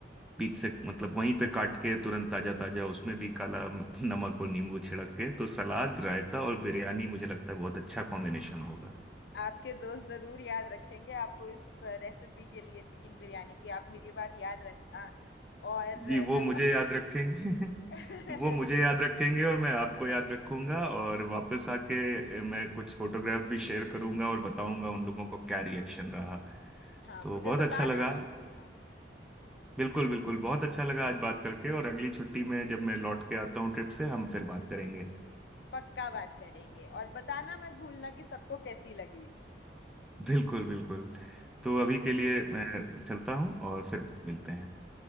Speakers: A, in the centre; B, on the left (about 65°).
A: बीच से मतलब वहीं पे काट के तुरंत ताजा ताजा उसमें भी काला <laughs> नमक और नींबू छिड़क के तो सलाद रायता और बिरयानी मुझे लगता है बहुत अच्छा कॉम्बिनेशन होगा
B: आपके दोस्त जरूर याद रखेंगे आपको इस रेसिपी के लिए चिकन बिरयानी की आप मेरी बात याद रखना और
A: जी
B: अ,
A: वो
B: जब
A: मुझे
B: आप
A: याद रखेंगे <laughs>
B: <laughs>
A: वो मुझे याद रखेंगे और मैं आपको याद रखूंगा और वापस आके मैं कुछ फोटोग्राफ भी शेयर करूंगा और बताऊंगा उन लोगों को क्या रिएक्शन रहा
B: हाँ
A: तो
B: मुझे
A: बहुत अच्छा
B: बताना
A: लगा
B: मत भूलना
A: बिल्कुल बिल्कुल बहुत अच्छा लगा आज बात करके और अगली छुट्टी में जब मैं लौट के आता हूँ ट्रिप से हम फिर बात करेंगे
B: पक्का बात करेंगे और बताना मत भूलना कि सबको कैसी लगी
A: बिल्कुल बिल्कुल तो
B: ठीक
A: अभी के लिए मैं चलता हूँ और फिर मिलते हैं